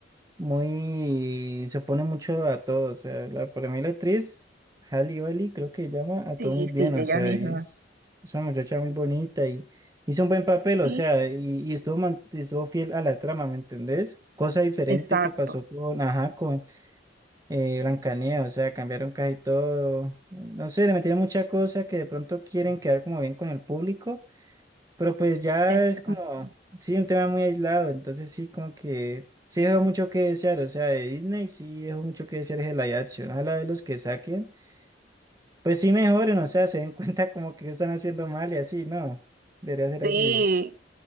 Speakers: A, on the right (about 20°); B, on the right (about 50°).
A: muy, se opone mucho a todo, o sea, la, para mí la actriz, Halle Bailey, creo que llama a todo
B: Sí,
A: muy bien,
B: sí,
A: o
B: ella
A: sea,
B: misma.
A: y es, es una muchacha muy bonita y hizo un buen papel, o
B: Sí,
A: sea, y, y estuvo, man- estuvo fiel a la trama, ¿me entendés? Cosa diferente
B: exacto,
A: que pasó con, ajá, con eh, Blancanieves, o sea, cambiaron casi todo, no sé, le metieron mucha cosa que de pronto quieren quedar como bien con el público pero pues ya
B: exacto.
A: es como, sí, un tema muy aislado, entonces sí, como que sí dejó mucho que desear, o sea, de Disney sí dejó mucho que desear el live action, ojalá de los que saquen, pues sí mejoren, o sea, se den <laughs> cuenta como que están haciendo mal y así, no, debería ser
B: Sí,
A: así.